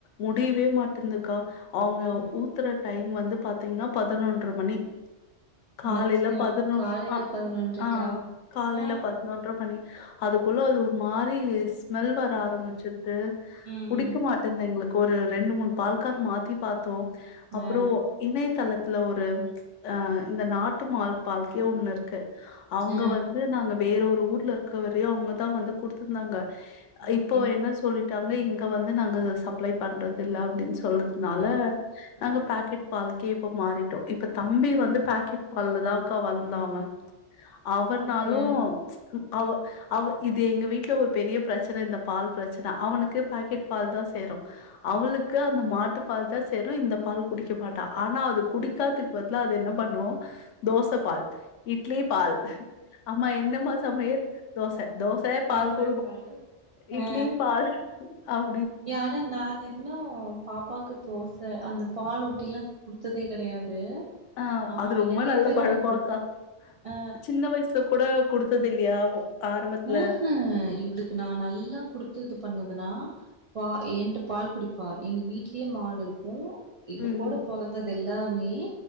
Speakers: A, on the left (about 90°); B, on the right (about 55°).
A: முடியவே மாட்டேந்தக்கா அவங்க
B: ம்
A: ஊத்துற டைம் வந்து பாத்தீங்கன்னா பதினொன்ற மணி காலையில
B: மத்தியோ
A: பதினொ
B: காலைல
A: அ
B: பதினொன்றைக்கா
A: ஆ காலையில
B: ஆ
A: பதினொன்ற மணி அதுக்குள்ள அது ஒரு மாரி ஸ் ஸ்மெல் வர
B: வெள்ளரி
A: ஆரம்பிச்சுட்டு
B: ம்
A: புடிக்க
B: ம்
A: மாட்டேங்குது எங்களுக்கு ஒரு ரெண்டு மூணு பால்கார் மாத்தி பார்த்தோம் அப்றோ
B: ஆ
A: இணையதளத் இல ஒரு அஹ இந்த நாட்டு மாள் பால்கே ஒண்ணு இருக்கு அவங்க
B: ஆ
A: வந்து நாங்க வேற ஒரு ஊர்ல இருக்க வரையும் அவங்கதான் வந்து குடுத்துருந்தாங்க
B: ஓகே
A: இப்போ என்ன சொல்லிட் <unintelligible> இங்க வந்து நாங்க சப்ளை பண்றது இல்ல அப்டின் சொல் சொல்றதுனால
B: ஆ
A: நாங்க
B: ஆ
A: பாக்கெட் பால் கேப்ப மாறிட்டோம் இப்ப தம்பி வந்து பாக்கெட் பால்லதாக்கா வளந்தா அவன் அவனாலும்
B: ஓகே
A: அவ அவ இது எங்க வீட்டுல ஒரு பெரிய பிரச்சன இந்த பால் பிரச்சன அவனுக்கு பாக்கெட் பால் தான் சேரும் அவளுக்கு அந்த மாட்டு பால் தான் சேரும் இந்த பால் குடிக்க மாட்டா ஆனா அது குடிக்கதுக்கு பதிலா அதை என்ன பண்ணும் தோசை பால் இட்லி பால் அம்மா என்னமா சமையல் தோச தோச
B: தோச
A: பால்க்
B: பாலு ஆ
A: இட்லி பால் ஆமா
B: <inaudible> நான் இன்னும் பாப்பாக்கு தோச அந்த பால்லொட்டிலா குடுத்ததே கெடையாது
A: ஆஹ்
B: ஆ
A: அது ரொம்ப
B: நெறைய
A: நல்ல
B: பேர்
A: பழக்கொ
B: ஆனா குடுத்துருக்காங்க
A: அக்கா
B: ஆ
A: சின்ன வயசுல கூட குடுத்தது இல்லையா ஆரம்பத்துல
B: ஆஹ்ஹ இவளுக்கு நா நல்லா குடுத்தது ப இருந்ததுனா பா என்ட பால் குடிப்பா எங்க வீட்லியே மாடு இருக்கு இவ
A: ம்
B: கூட பொறந்தது எல்லா மே